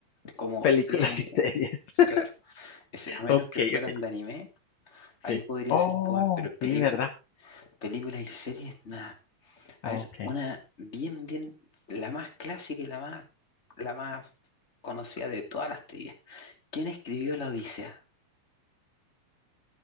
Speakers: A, on the left; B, on the left.
A: como
B: películas
A: serie.
B: y series. <laughs>
A: Claro, ese- a menos
B: Ok,
A: que fueran
B: ok,
A: de anime,
B: sí.
A: ahí podría
B: Oh,
A: ser un poco, más, pero películas,
B: sí, ¿verdad?
A: películas y series, nada. A
B: Ok.
A: ver, una bien, bien, la más clásica y la más, la más conocida de todas las teorías. ¿Quién escribió la Odisea?